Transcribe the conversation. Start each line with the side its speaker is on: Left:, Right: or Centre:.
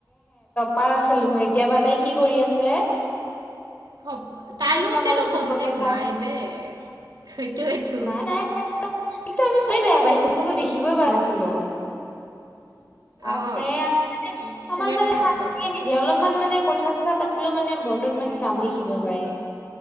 Left: পাৰ আছিল দেখোন এতিয়াবা তাই কি কৰি আছে
Right: হ'ব
Left: কোনখন
Right: তাইৰ লগত
Left: বা
Right: কিন্তু
Left: কলেজৰ
Right: কন্টেক্ট
Left: প্ৰফেচাৰ
Right: নাই দেই সেইটোৱেইটো
Left: ম নাই নাই এতো আমি চবে বেয়া পাইছো কোনো দেখিবই পোৱা নাছিলো তাপ
Right: অঁ
Left: মানে আমাক
Right: কোনেনো
Left: মানে
Right: ভাল
Left: শান্তিয়ে
Right: পাব
Left: নিদিয়ে অলপমান মানে কথা চ থা পাতিলেও মানে বৰ্ডত মানে নাম লিখিব যায়